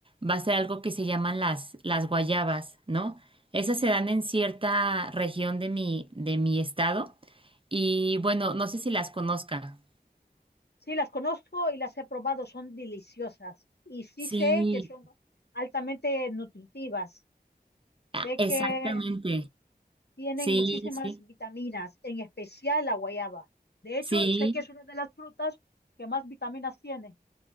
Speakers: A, on the right; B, on the left.
A: va a ser algo que se llaman las, las guayabas, ¿no? Esas se dan en cierta región de mi, de mi estado y bueno, no sé si las conozca.
B: Sí, las conozco y las he probado, son deliciosas. Y sí
A: Sí,
B: sé que son altamente nutritivas. Sé
A: ah, exactamente.
B: que tienen
A: Sí,
B: muchísimas
A: sí,
B: vitaminas, en especial la guayaba. De hecho,
A: sí.
B: sé que es una de las frutas que más vitaminas tiene.